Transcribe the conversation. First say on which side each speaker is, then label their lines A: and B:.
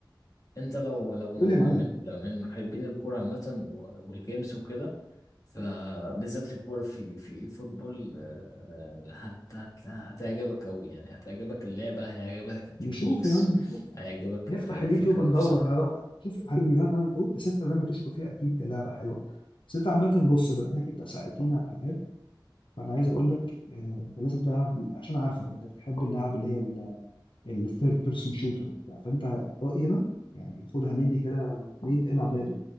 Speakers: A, on the left; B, on the left.
A: انت لو لو من
B: قول يا معلم
A: من لو من محبين الكوره عامه و- والجيمز وكده فبالذات الكوره في في فوتبول آه، هت هت هتعجبك قوي يعني هتعجبك اللعبه هيعجبك التكنيكس
B: نشوف يا عم نشوف
A: هيعجبك
B: نفتح
A: ال- الفكره
B: اليوتيوب ندور
A: نفسها
B: هدو- شوف ريفيوهات عن الاول بس انت لما تشكر فيها اكيد ده لعبه حلوه بس انت عامه بص بما انك انت سالتني على الالعاب فانا عايز اقول لك آه، انت لازم تلعب عشان عارفك انت بتحب اللعب اللي هي الثيرد بيرسون شوتر وبتاع فانت رايي انا يعني خدها مني كده يا أبو حميد العب لعبه